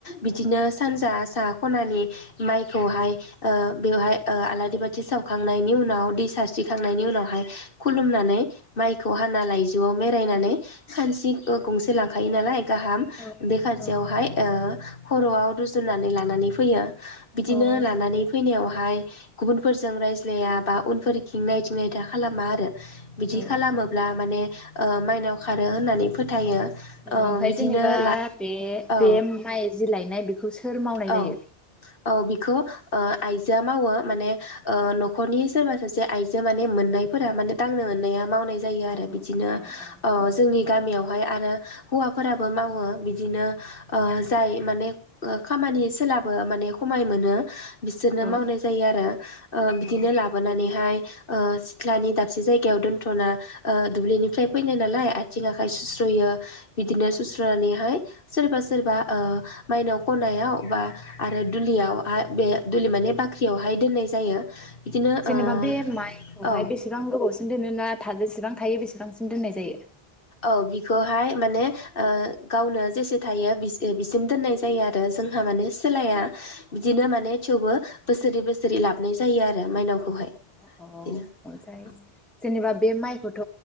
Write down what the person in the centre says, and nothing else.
औ
औ
औ
औ
अ औ
औ
ओमफ्राय
जेनेबा
बे
बे माइ जि लायनाय बेखौ सोर मावनाय
जायो?
अ
अ औ
औ औ
औ
अ
जेनेबा
बे माइखौहाय
बेसेबां गोबावसिगोन दोनो ना? जेसेबां थायो बेसेबांसिम दोननाय जायो
अ
ओमफ्राय जेनेबा बे माइखौथ'